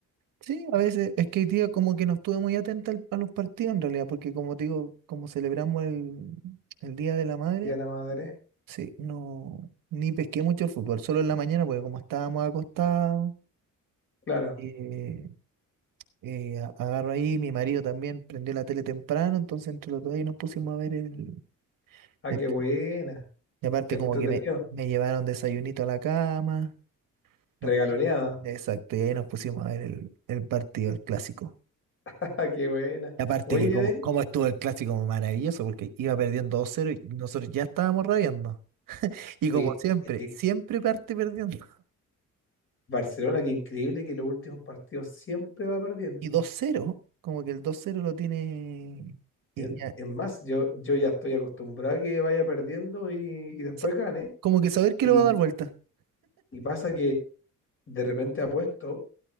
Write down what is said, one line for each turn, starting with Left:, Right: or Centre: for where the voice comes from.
Right: Sí, a veces es que hoy día como que no estuve muy atenta al- a los partidos en realidad, porque como te digo, como celebramos el, el Día de la Madre,
Left: Y a la madre.
Right: Sí, no, ni pesqué mucho el fútbol, solo en la mañana, porque como estábamos acostados,
Left: Claro.
Right: eh, eh, a- agarro ahí, mi marido también prendió la tele temprano, entonces entre los dos ahí nos pusimos a ver el,
Left: Ah,
Right: el
Left: qué
Right: tema.
Left: buena.
Right: Y aparte
Left: Qué entretenido.
Right: como que me, me llevaron desayunito a la cama,
Left: Regaloneada.
Right: nos pusimos- exacto,
Left: <laughs>
Right: y ahí nos pusimos a ver el, el partido, el clásico.
Left: Ah, qué buena.
Right: Y aparte
Left: Oye,
Right: que como,
Left: Denis,
Right: como estuvo el clásico maravilloso, porque iba perdiendo 2-0 y nosotros ya estábamos rabiando. Y
Left: Oye,
Right: como siempre,
Left: eh,
Right: siempre parte perdiendo.
Left: Barcelona, qué increíble que en los últimos partidos siempre va perdiendo.
Right: Y dos cero como que el dos cero lo tiene... y
Left: Es,
Right: ya,
Left: es más, yo, yo ya estoy acostumbrado a que vaya perdiendo y, y después
Right: sa-
Left: gane.
Right: Como que saber que
Left: Y,
Right: lo va a dar vuelta.
Left: y pasa que de repente apuesto